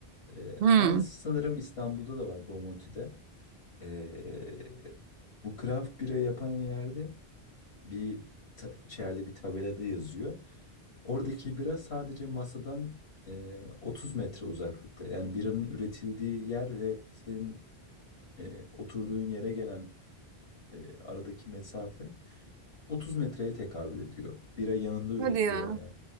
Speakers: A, on the left; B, on the right.
A: Ee,
B: Hmm.
A: aynısı sanırım İstanbul'da da var Bomonti'de. Ee, bu craft bira yapan yerde bir ta- içeride bir tabelada yazıyor. Oradaki bira sadece masadan e, 30 metre uzaklıkta. Yani biranın üretildiği yer ve senin e, oturduğun yere gelen e, aradaki mesafe 30 metreye tekabül ediyor. Bira yanında üretiliyor
B: Hadi ya.
A: yani.